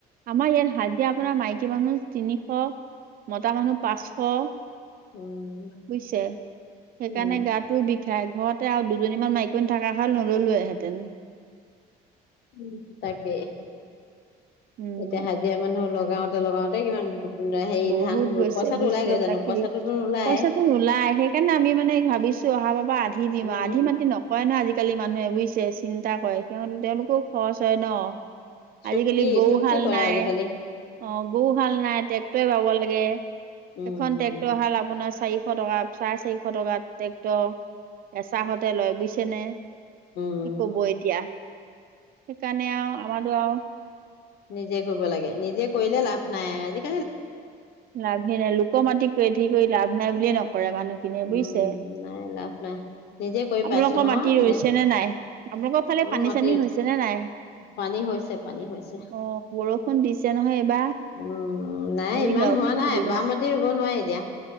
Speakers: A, on the right (about 60°); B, on the left (about 75°).
A: আমাৰ ইয়াত হাজিৰা আপোনাৰ মাইকী মানুহ তিনিশ, মতা মানুহ পাঁচশ। বুজিছে,
B: উম,
A: সেইকাৰণে
B: উম,
A: গাটো বিষাই, ঘৰত তাতে আৰু দুজনীমান মাইকী মানুহ থকা হয় নল'লোৱেহেঁতেন।
B: উম, তাকে।
A: উম
B: এতিয়া হাজিৰা মানুহ লগ লগাওঁতে লগাওঁতে কিমান হেৰি
A: বহুত
B: ধান
A: গৈছে
B: পইচাটো
A: বুজিছে।
B: ওলাই গৈ জানো
A: তাকে
B: পইচাটোতো নোলায়।
A: পইচাটো নোলাই, সেইকাৰণে আমি মানে ভাবিছো অহা বাৰ পা আধি দিম,
B: উম,
A: আধি মাতি নকৰে নহয় আজিকালি। মানুহে বুজিছে, চিন্তা কৰে। সিহঁত, তেওঁলোকৰো খৰচ হয় ন।
B: চুক্তি
A: আজিকালি গৰু
B: চুক্তি
A: হাল
B: কৰে
A: নাই।
B: আজিকালি।
A: অ', গৰু হাল নাই। <unintelligible> লাগে,
B: উম,
A: এখন ট্টেক্টৰ হাল আপোনাৰ চাৰিশ টকা চাৰে চাৰিশ টকাত ট্ৰেক্টৰ, এচাহতে লয় বুইছেনে?
B: উম,
A: কি কব এতিয়া। সেইকাৰণে আৰু, আমাৰতো আৰু
B: নিজে কৰিব লাগে, নিজে কৰিলে লাভ নাই আজি
A: লাভে নাই। লোকৰ মাটি খেতি কৰি লাভ নাই বুলিয়ে ন কৰে মানুহখিনিয়ে বুইছে।
B: উম, নাই লাভ নাই। নিজে কৰি
A: আপোনালোকৰ
B: পাইছো নহয়
A: মাটি ৰৈছে
B: এনে
A: নে নাই? আপোনালোকৰ ফালে
B: অ'
A: পানী
B: মাটি
A: চানী হৈছে নে নাই?
B: পানী হৈছে পানী হৈছে।
A: অ', বৰষুণ দিছে নহয় এইবাৰ।
B: উম, নাই
A: ৰুই
B: ইমান
A: লওক
B: হোৱা নাই,
A: সুবিধা
B: বাম মাটি ৰুব নোৱাৰি এতিয়া।